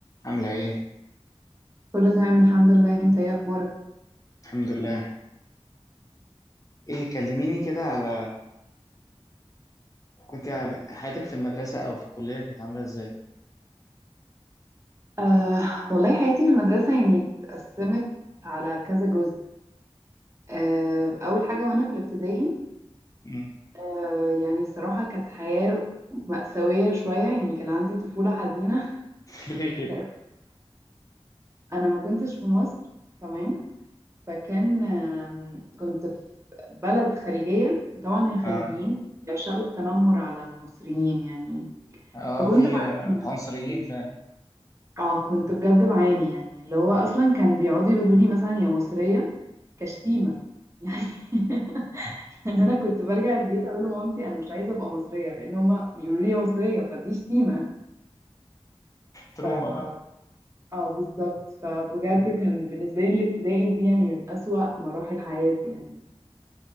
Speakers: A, on the left; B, on the right.
A: عاملة ايه؟
B: كله تمام الحمد لله انت ايه اخبارك
A: الحمد لله ايه كلميني كده على كنت حياتك في المدرسة او في الكلية كانت عاملة ازاي؟
B: آه والله حياتي في المدرسه يعني اتقسمت على كذا جزء آه اول حاجه وانا في الابتدائي
A: مم.
B: آه يعني الصراحه كانت حياه مأساويه شويه يعني كان عندي طفوله حزينه
A: <laughs> ليه
B: <laughs>
A: كده؟
B: لأن انا ما كنتش في مصر تمام فكان آم، كنت في بلد خليجيه وطبعا الخليجيين
A: اه
B: يعشقوا التنمر على المصريين يعني
A: اه
B: فكنت
A: في
B: بعاني
A: آه، عنصريين
B: يعني.
A: فعلا
B: اه كنت بجد بعاني يعني اللي هو اصلا كان بيقعدوا يقولوا لي مثلا يا مصريه كشتيمه يعني <laughs> يعني انا كنت برجع البيت اقول لمامتي انا مش عايزه ابقى مصريه لان هما بيقولوا لي يا مصريه فدي شتيمه
A: تروما
B: <laughs>
A: بقى
B: ف اه بالظبط فبجد كان بالنسبه لي الابتدائي دي يعني من اسوأ مراحل حياتي يعني